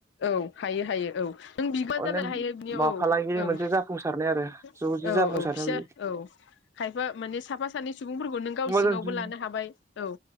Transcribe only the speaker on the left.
औ हायो हायो औ नों बिबार
जानानै हायो बिनियाव
औ औ
औ
औ फिसा
औ खायफा मान साफा सानै सुबुंफोरखौ नों गाव
सिङावबो
लानो हाबाय औ